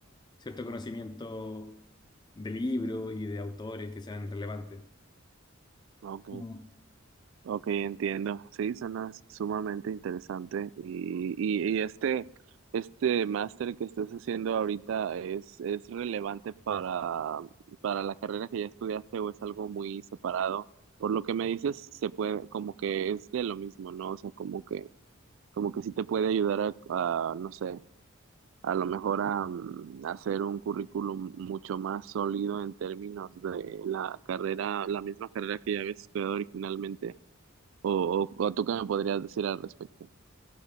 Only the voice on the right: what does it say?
ok.
Ok, entiendo. Sí, suena sumamente interesante. Y, y, y este, este máster que estás haciendo ahorita es, es relevante para, para la carrera que ya estudiaste o es algo muy separado. Por lo que me dices, se puede, como que es de lo mismo, ¿no? O sea, como que, como que sí te puede ayudar a, a, no sé, a lo mejor a, mm, hacer un currículum mucho más sólido en términos de la carrera, la misma carrera que ya habías estudiado originalmente. ¿O, o, o tú qué me podrías decir al respecto?